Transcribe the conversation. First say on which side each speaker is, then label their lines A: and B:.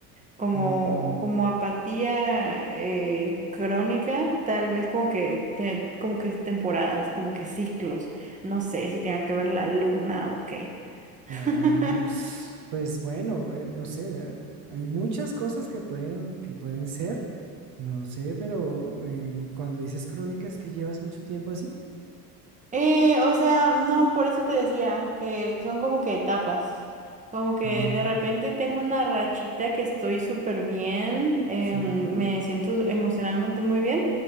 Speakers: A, on the right; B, on the right.
A: como,
B: Mm,
A: como apatía eh, crónica, tal vez como que, te- como que temporadas, como que ciclos, no sé si tengan que ver la luna o qué. <laughs>
B: ya, pues bueno, eh, no sé, eh, hay muchas cosas que pueden, que pueden ser, no sé, pero eh, cuando dices crónicas que llevas mucho tiempo así.
A: Eh, o sea, no, por eso te decía que son como que etapas. Como que
B: Mm,
A: de repente tengo una rachita que estoy súper bien, em,
B: sí.
A: me siento emocionalmente muy bien